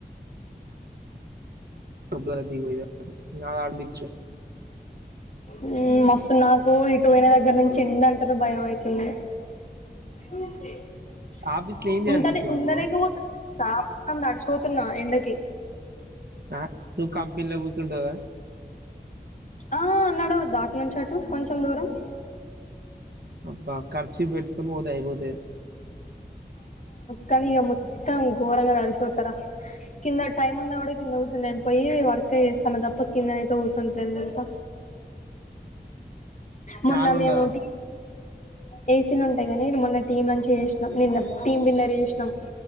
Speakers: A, on the right; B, on the left.
A: రుబ్బర <unintelligible>
B: ఉమ్ మస్తు నాకు ఇటు పోయిన దగ్గర నుంచి, ఎండ అంటనే భయం అయితుంది. <unintelligible>
A: ఆఫీస్ లో ఏం చేయాలి
B: ఉంటది,
A: చిట్టి నువ్వు
B: ఉండలేకపోత చా మొత్తం నడిచిపోతున్నా ఎండక్ కే
A: ఆ, నువ్వు కంపెనీలో కూర్చుంటవ్ కదా?
B: ఆ నడవద్ద అటు నుంచి అటు కొంచెం దూరం?
A: అబ్బా కర్ చి పెట్కొని పోతే అయిపోతది గద.
B: కనీ ఇక మొత్తం ఘోరంగా తడిసిపోతరా. కింద టైమ్ ఉన్నా కూడా కింద కూర్చని నేన్ పోయి వర్క్ చేస్తాన తప్ప, కిందనయితే కూర్చుంటలేన్ తెలుస? మొన్న
A: ఫ్యాన్
B: మేముటి
A: ఉండదా
B: ఏ ఉంటయిగా మొన్న టీం నుంచి చేసినాం నిన్న టీీమ్ విన్నర్ చేేస్నం.